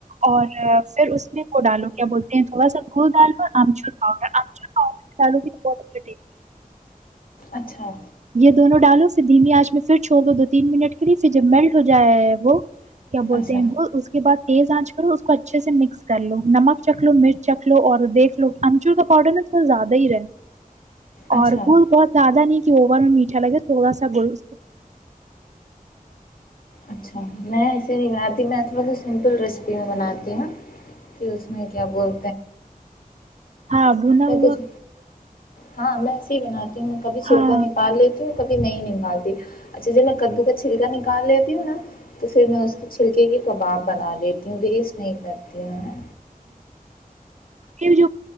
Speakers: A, on the right; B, on the left.
A: اور پھر اس میں کو ڈالو کیا بولتے ہیں تھوڑا سا گڑ ڈالو آمچور پاؤڈر آمچور پاؤڈر ڈالو بھی بہت اچھا ٹی
B: اچھا
A: یہ دونوں ڈالو پھر دھیمی آج میں پھر چھوڑ دو تین منٹ کے لیے پھر جب میلٹ ہو جائے ہے وہ کیا بولتے
B: اچھا
A: ہیں وہ اس کے بع تیز آنچ کر لو اس کو اچھے سے مکس کر لو نمک چکھ لو مرچ چکھ لو اور دیکھ لو امچور کا پاؤڈر نا تھوڑا زیادہ ہی رہے
B: اچھا
A: اور کو بہت زیادہ نہیں کہ اوور میں میٹھا لگے تھوڑا سا بول اس
B: اچھا میں ایسے نہیں بناتی میں تھوڑا سا سمپل ریسیپی میں بناتی ہوں کہ اس میں کیا بول
A: ہاں بونا
B: میں
A: ہوا
B: کچھ
A: <unintelligible>
B: ہاں میں ایسے ہی بنااتا میں کھی چھلکا
A: ہاں
B: نہیں پال لیتی کبھی نہیں نکالتی اچھا جب میں کدو کا چھلکا نکال لیتی ہوں نا تو پھر میں اس کے چھلکے کے کباب بنا لیتی ہوں ویسٹ نہیں کرتی ہوں
A: ہ جو